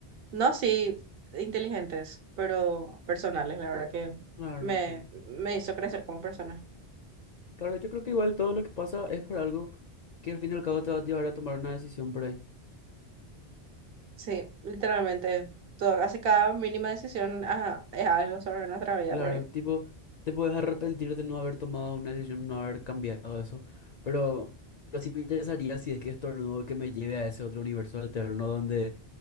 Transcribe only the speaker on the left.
claro,
claro.
Claro, yo creo que igual todo lo que pasa es por algo que al fin y al cabo te va a llevar a tomar una decisión por ahí.
Claro,
tipo, te puedes arrepentir de no haber tomado una decisión, no haber cambiado eso, pero, pero sí me interesaría si es que estornudo que me lleve a ese otro universo alterno donde,